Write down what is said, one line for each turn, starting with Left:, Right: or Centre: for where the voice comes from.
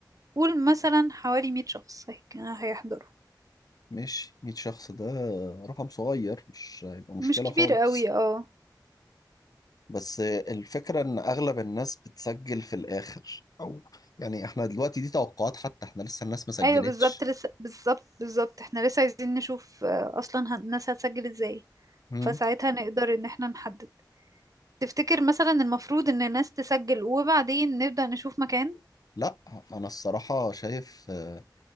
Right: قول مثلا حوالي 100 شخص هيك- هيحضروا
Left: ماشي، 100 شخص ده رقم صغير، مش هيبقى مشكلة
Right: مش كبير
Left: خالص.
Right: قوي اه
Left: بس الفكرة إن أغلب الناس بتسجل في الآخر أو يعني إحنا دلوقتي دي توقعات حتى إحنا لسه الناس ما سجلتش
Right: ايوه بالظبط لسه بالظبط بالظبط احنا لسه عايزين نشوف آه، اصلا هن- الناس هتسجل ازاي
Left: مم.
Right: فساعتها نقدر ان احنا نحدد تفتكر مثلا المفروض ان الناس تسجل وبعدين نبدأ نشوف مكان
Left: لا أنا الصراحة شايف آه،